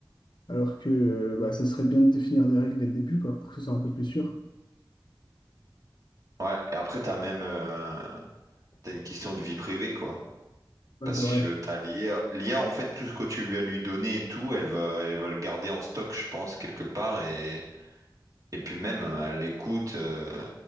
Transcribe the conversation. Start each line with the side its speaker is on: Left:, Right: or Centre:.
Left: alors que euh, bah, ça serait bien de définir des règles dès le début, quoi, pour que ce soit un peu plus sûr.
Right: Ouais, et après, t'as même euh, t'as une question de vie privée, quoi.
Left: Ouais,
Right: Parce
Left: c'est vrai.
Right: que t'as l'IA. L'IA, en fait, tout ce que tu lui as lui donné et tout, elle va, elle va le garder en stock, je pense, quelque part. Et, et puis même, elle écoute. euh,